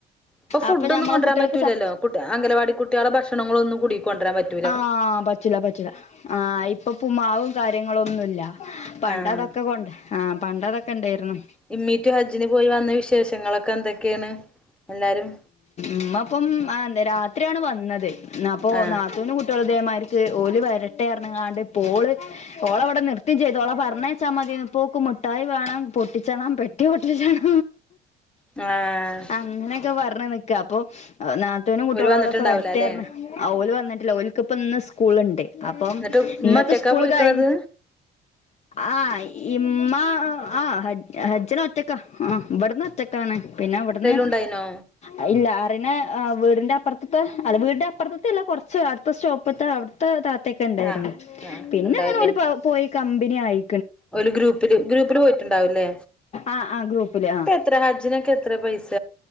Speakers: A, in the centre; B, on the left.
A: ഇപ്പൊ ഫുഡ്
B: അപ്പൊ
A: ഒന്നും
B: ഞമ്മളെ
A: കൊണ്ടുവരാ
B: കുട്ടികൾക്ക്
A: പറ്റൂലല്ലോ
B: സ
A: കുട്ട് അംഗലവാടി കുട്ടികളെ ഭക്ഷണങ്ങളൊന്നും കൂടി കൊണ്ട് വരാൻ പറ്റു
B: ആഹ് പറ്റില്ല പറ്റില്ല ആ ഇപ്പൊ ഉപ്പ്മാവും കാര്യങ്ങളും ഒന്നുമില്ല പണ്ട്
A: ആഹ്
B: അതൊക്കെ കൊണ്ട് ആഹ് പണ്ട് അതൊക്കെ ഉണ്ടായിരുന്നു
A: ഇമ്മീറ്റ് ഹജ്ജിന് പോയി വന്ന വിശേഷങ്ങളൊക്കെ എന്തൊ എല്ലാരും
B: ഉമ്മ ഇപ്പം ആ രാത്രിയാണ് വന്നത് എന്നാപ്പൊ
A: ആഹ്
B: നാത്തൂനും കുട്ടി അതേമാർക്ക് ഓല് വരട്ടെ പറഞ്ഞ് ക്കാണ്ട് ഇപ്പോള് ഓള് ഇവിടെ നിർത്തി ചെയ്തു ഓള പറഞ്ഞേച്ചാൽ മതി ഇപോക്ക് മുട്ടായി വേണം പൊട്ടിച്ചണം പെ പെട്ടി പൊട്ടിച്ചാണം
A: ആഹ്
B: അങ്ങനെയൊക്കെ പറഞ്ഞ് നിക്കാ അപ്പൊ നാത്തൂനും കൂട്ടികളോളെക്കെ
A: ഓര് വന്നിട്ടുണ്ടാവൂല
B: വരട്ടൊരന്ന്
A: അല്ലേ
B: ഓല് വന്നിട്ടില്ല ഓലക്ക് ഇപ്പം ഇന്ന് സ്കൂളുണ്ട് അപ്പം
A: എന്നിട്ട് ഉമ്മ
B: ഇന്നത്തെ
A: ഒറ്റക്കാ
B: സ്കൂള്
A: പോയിക്കണത്
B: കഴി ആഹ് ഇമ്മ ആഹ് ഹജ് ഹജ്ജിനോറ്റക്ക ആഹ് ഇബെട്ന്നൊറ്റക്ക്. ട്ടാണ് പിന്നെ അവ്ട്ന്ന്.
A: ഉണ്ടയ്നോ?
B: അയ ഇല്ല അറിണേ എഹ് ആ വീടിന്റെ അപ്പറത്ത്ത്തെ അല്ലാ വീടിന്റെ അപ്പർത്ത്ത്തെല്ല കൊർച്ച് അടുത്ത സ്റ്റോപ്പത്തെ അവ്ട് ത്തെ താത്തൊക്കെണ്ടായിര്ന്നു
A: ആഹ് ആഹ്
B: പിന്നെ
A: ഉണ്ടായില്ലേ
B: അങ്ങനെ ഓല് പോയി കമ്പ്നി ആയി.
A: ഓല് ഗ്രൂപ്പില് ഗ്രൂപ്പില് പോയിട്ടുണ്ടാവൂല്ലേ
B: ആഹ് ആഹ് ഗ്രൂപ്പില്
A: ഇപ്പത്രെ ഹജ്ജിന്? ക്കെത്രെപൈസ?